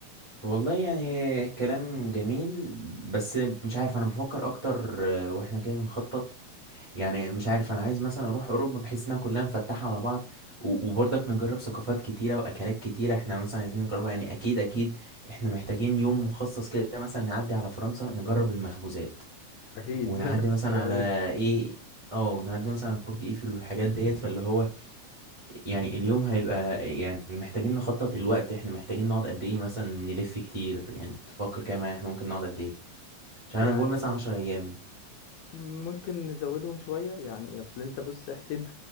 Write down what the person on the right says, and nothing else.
والله يعني هي كلام جميل بس مش عارف انا بفكر اكتر آه، واحنا كده بنخطط يعني مش عارف انا عايز مثلا اروح اوروبا بحيث انها كلها مفتحه على بعض و- وبرضك نجرب ثقافات كتيره واكلات كتيره احنا مثلا عايزين نجربها يعني اكيد اكيد احنا محتاجين يوم مخصص كده مثلا نعدي على فرنسا نجرب المخبوزات
ونعدي
مثلا
على ايه اه نعدي مثلا على برج ايفل والحاجات ديت فاللي هو يعني اليوم هيبقى يعني محتاجين نخطط الوقت احنا محتاجين نقعد قد ايه مثلا نلف كتير يعني تفكر كده معايا احنا ممكن نقعد قد ايه عشان
انا بقول مثلا 10 ايام